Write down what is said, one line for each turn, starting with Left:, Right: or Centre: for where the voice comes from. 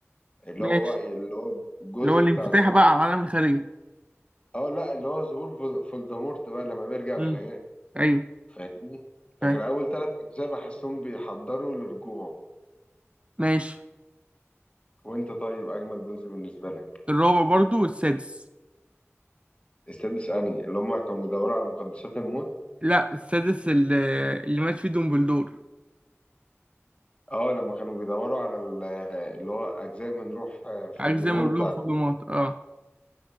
Left: اللي
Right: ماشي
Left: هو اللي هو الجزء
Right: اللي هو الانفتاح
Left: بتاع ظهور
Right: بقى على العالم الخارجي
Left: أه لا اللي هو ظهور فول- فولدمورت بقى لما بيرجع
Right: مم.
Left: الحياة
Right: ايوه
Left: فاهمني لكن
Right: فاهم
Left: أول تلات أجزاء بحسهم بيحضروا لرجوعه
Right: ماشي
Left: وأنت طيب أجمد جزء بالنسبة لك
Right: الرابع برضو والسادس
Left: السادس أنهي اللي هما كانوا بيدوروا على مقدسات الموت
Right: لا السادس اللي, اللي مات فيه دومبلدور
Left: أه لما كانوا بيدوروا على ال- اللي هو أجزاء من روح آه،
Right: عارف
Left: فولدمورت
Right: زي ما بيقولوا
Left: ده.
Right: فولدمورت اه